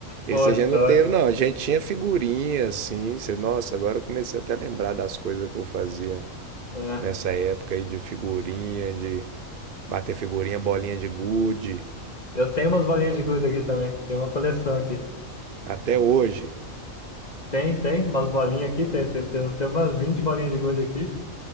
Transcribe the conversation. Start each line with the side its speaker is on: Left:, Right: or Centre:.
Right: esse
Left: Porra,
Right: a gente
Left: então.
Right: não teve, não. A gente tinha figurinha, assim. Você... Nossa, agora eu comecei até a lembrar das coisas que eu fazia
Left: é.
Right: nessa época aí de figurinha, de bater figurinha, bolinha de gude.
Left: Eu tenho umas bolinhas de gude aqui também. Tem uma coleção aqui.
Right: Até hoje.
Left: Tem, tem, umas bolinhas aqui. Tem, tem, tem, tem umas 20 bolinhas de gude aqui.